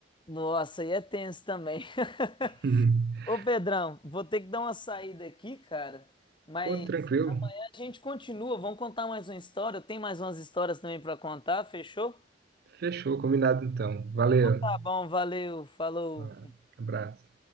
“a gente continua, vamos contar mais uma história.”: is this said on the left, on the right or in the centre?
Left